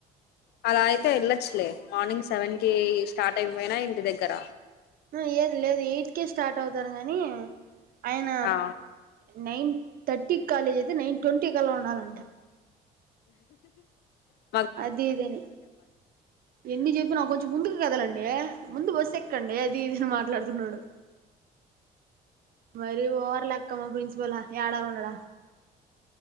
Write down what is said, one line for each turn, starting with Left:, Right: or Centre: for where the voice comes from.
Left: అలా అయితే వెళ్ళొచ్చులే మార్నింగ్ సెవెన్ కి స్టార్ట్ అయిపోయినా ఇంటి దగ్గర
Right: లేదు లేదు ఎయిట్కే స్టార్ట్ అవుతారు గానీ అయన
Left: ఆ
Right: నైన్ తర్టీ కి కాలేజ్ అయితే నైన్ ట్వంటీ కళ్ళ ఉండాలంట
Left: ఉ
Right: అది ఇదని ఎన్ని చెప్పినా కొంచెం ముందుకు కదలండి ముందు బస్ ఎక్కండి అది ఇదిని మాట్లాడుతున్నాడు మరి ఓర్ లెక్కమ్మా ప్రిన్సిపల్ ఏడా ఉండడా